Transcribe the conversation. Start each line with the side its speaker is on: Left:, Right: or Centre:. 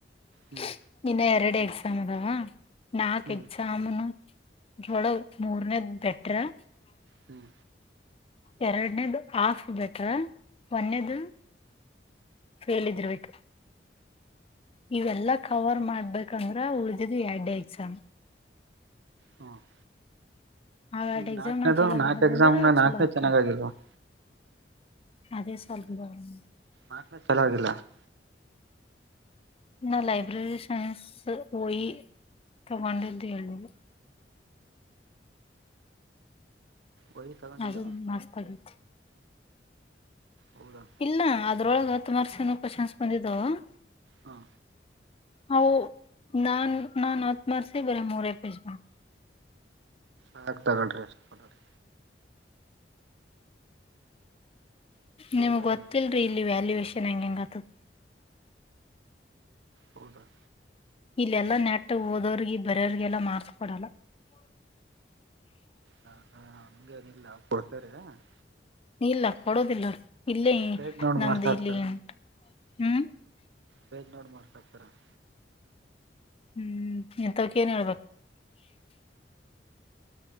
Left: <unintelligible>
Right: ಹ್ಮ್
Left: ಇನ್ನ ಎರಡು ಎಕ್ಸಾಮ್ ಅದಾವ ನಾಕ್
Right: ಹ್ಮ್
Left: ಎಕ್ಸಾಮ್ನ <unintelligible> ಇದರ ಒಳಗ ಮೂರ್ನೇದ ಬೆಟ್ರ, <unintelligible>
Right: ಹು <unintelligible>
Left: ಎರಡನೇದು ಆಫ್ ಬೇಟರ ಒನ್ನೇದ <unintelligible> ಫೇಲ್ ಇದರ್ ಬೇಕ್ <unintelligible> ಇವೆಲ್ಲಾ ಕವರ್ ಮಾಡ್ಬೇಕಂದ್ರ ಉಳ್ದಿದ್ದು ಎರಡೇ ಎಕ್ಸಾಮ್. <unintelligible>
Right: ಹ <unintelligible>
Left: ಆ ಎರಡ್
Right: ಈಗ
Left: ಎಕ್ಸಾಮ್
Right: ನಾಲ್ಕನೇದು
Left: ನಾ ಚಲೋ
Right: ನಾಲ್ಕು
Left: ಮಾಡದಂದ್ರ
Right: ಎಕ್ಸಾಮ್ ನ
Left: ಚಲೋ
Right: ನಾಲ್ಕನೇದ
Left: ಅಕ್ಕ
Right: ಚೆನ್ನಾಗಾಗಿಲ್ವ. <unintelligible>
Left: ಅದೇ ಸ್ವಲ್ಪ ಬ <unintelligible>
Right: ನಂದ ಚೋಲ ಆಗಿಲ್ಲ. <unintelligible>
Left: ನಾ ಲೈಬ್ರರಿ ಸೈನ್ಸ್ ಓಯಿ ತೂಗೊಂಡಿದ್ದ ಹೇಳಲಿಲ್ಲ. <unintelligible>
Right: ಒಯಿ ತಗೊಂಡಿದ್ದು
Left: ಅದು ಮಸ್ತ್ ಆಗಿತಿ. <unintelligible>
Right: ಹೌದಾ
Left: ಇಲ್ಲ ಅದ್ರೊಳಗ ತುಮಾರ್ಸ ನು ಕೋಶನ್ ಬಂದಿದ್ದವೂ, <unintelligible>
Right: ಹಾ <unintelligible>
Left: ಹೌ ನಾನ್ ನಾನ್ ಹತ್ತ ಮಾರ್ಕ್ಸ್ ಗೆ ಮೂರೆ ಪೇಜ್ ಬ <unintelligible>
Right: ಆಯತ್ತ ತೊಗೊಳ್ರಿ. <unintelligible> ಬೇಜಾನ
Left: ನಿಮ್ಗ್ ಗೊತ್ತಲ್ರಿರಿ ಇಲ್ಲಿ ವ್ಯಾಲ್ಯೂಯೇಶನ್ ಹೆಂಗೆ ಹೆಂಗ ಆಗತವಾ <unintelligible>
Right: ಹೌದಾ <unintelligible>
Left: ಇಲ್ಲೆಲ್ಲಾ ನೆಟ್ ಓದೋರ್ಗ ಬರವ್ರಿಗೆಲ್ಲ ಮಾರ್ಕ್ಸ್ ಕೊಡಲ್ಲ. <unintelligible>
Right: ಹಂಗ ಹಂಗನಿಲ್ಲ ಕೊಡ್ತಾರಿ. <unintelligible>
Left: ಇಲ್ಲ ಕೊಡೋದಿಲ್ಲ ಇಲ್ಲೇ
Right: ಪೇಜ್ ನೋಡ್
Left: ನಮ್ದ
Right: ಮಾರ್ಕ್ಸ್ ಹಾಕ್ತಾರ
Left: ಇಲ್ಲಿ ಹು <unintelligible>
Right: ಪೇಜ್ ನೋಡಿ ಮಾಡ್ತಾತಾರ. <unintelligible>
Left: ಹು ಇಥವಕ ಏನ್ ಹೇಳಬೇಕ. <unintelligible>